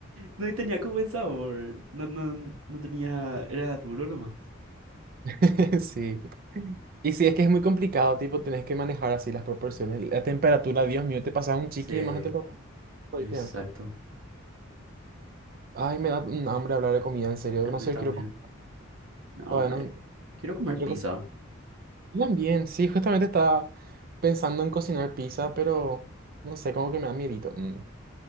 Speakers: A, on the right; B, on the right.
A: No, y tenía como buen sabor. No, no, no tenía, era duro nomás.
B: <laughs> Sí. Y sí, es que es muy complicado, tipo, tenés que manejar así las proporciones. La temperatura, Dios mío, te pasas un chiqui
A: Sí,
B: de más a temperatura. ahorita.
A: exacto.
B: Ay, me da un hambre hablar de comida, en serio. No
A: A mí
B: sé,
A: también.
B: quiero comer.
A: No,
B: todavía
A: hombre.
B: no-
A: Quiero comer
B: quiero
A: pizza.
B: co- Cocinan sí, justamente estaba pensando en cocinar pizza, pero no sé, como que me da miedito. mm.